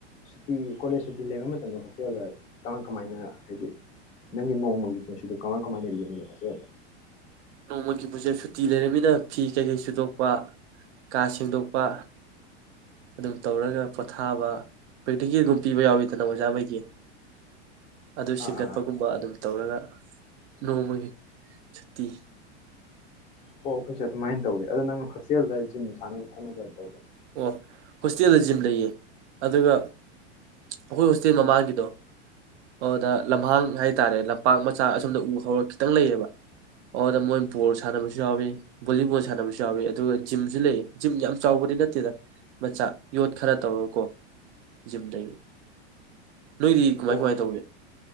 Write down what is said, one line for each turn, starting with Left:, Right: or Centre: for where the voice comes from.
Left: ꯁꯨꯇꯤ ꯀꯣꯂꯦꯖ ꯁꯨꯇꯤ ꯂꯩꯕ ꯃꯇꯝꯗ ꯍꯣꯁꯇꯦꯜꯗ ꯀꯃꯥꯏ- ꯀꯃꯥꯏꯅ ꯍꯥꯏꯗꯤ ꯅꯪꯒꯤ ꯅꯣꯡꯃꯒꯤ ꯄꯨꯟꯁꯤꯗꯣ ꯀꯃꯥꯏ - ꯀꯃꯥꯏꯅ ꯂꯒꯦ ꯍꯣꯁꯇꯦꯜꯗ꯫
Right: ꯅꯣꯡꯃꯒꯤ ꯄꯨꯣꯠꯁꯦ ꯁꯨꯇꯤ ꯂꯩꯔꯕꯃꯤꯅ ꯐꯤ ꯀꯩꯀꯩ ꯁꯨꯗꯣꯛꯄ, ꯀꯥ ꯁꯦꯡꯗꯣꯛꯄ, ꯑꯗꯨꯝ ꯇꯧꯔꯒ ꯄꯣꯊꯥꯕ ꯄ꯭ꯔꯦꯛꯇꯤꯀꯦꯜꯒꯨꯝ ꯄꯤꯕ ꯌꯥꯎꯋꯤꯗꯅ ꯑꯣꯖꯥꯈꯩꯗꯤ ꯑꯗꯨ ꯁꯤꯡꯒꯠꯄꯒꯨꯝꯕ
Left: ꯑꯥ ꯑꯥ
Right: ꯑꯗꯨꯝ ꯇꯧꯔꯒ ꯅꯣꯡꯃꯒꯤ ꯁꯨꯇꯤ
Left: ꯑꯣ ꯑꯩꯈꯣꯏꯁꯨ ꯑꯗꯨꯃꯥꯏꯅ ꯇꯧꯋꯤ ꯑꯗꯣ ꯅꯪ ꯍꯣꯁꯇꯦꯜꯗ ꯖꯤꯝ ꯁꯥꯟꯅꯕ ꯈꯣꯠꯅꯕ ꯇꯧ
Right: ꯑꯣ ꯍꯣꯁꯇꯦꯜꯗ ꯖꯤꯝ ꯂꯩꯌꯦ ꯑꯗꯨꯒ ꯑꯩꯈꯣꯏ ꯍꯣꯁꯇꯦꯜ ꯃꯃꯥꯡꯒꯤꯗꯣ ꯑꯗꯨꯗ ꯂꯝꯍꯥꯡ ꯍꯥꯏꯇꯥꯔꯦ ꯂꯝꯄꯥꯛ ꯃꯆꯥ ꯑꯁꯣꯝꯗ ꯎ ꯍꯧꯔꯒ ꯈꯤꯇꯪ ꯂꯩꯌꯦꯕ ꯑꯗꯨꯗ ꯃꯣꯏ ꯕꯣꯜ ꯁꯥꯟꯅꯕꯁꯨ ꯌꯥꯎꯏ ꯕꯣꯂꯤꯕꯣꯜ ꯁꯥꯟꯅꯕꯁꯨ ꯌꯥꯎꯋꯤ ꯑꯗꯨꯒ ꯖꯤꯝꯁꯨ ꯂꯩꯌꯦ ꯖꯤꯝ ꯌꯥꯝ ꯆꯥꯎꯕꯗꯤ ꯅꯠꯇꯦ ꯅꯠꯇꯦꯗ ꯃꯆꯥ ꯌꯣꯠ ꯈꯔ ꯇꯧꯔꯀꯣ ꯖꯤꯝꯗ ꯌ ꯅꯣꯏꯗꯤ ꯀꯃꯥꯏ
Left: ꯑꯣ
Right: ꯀꯃꯥꯏꯅ ꯇꯧꯒꯦ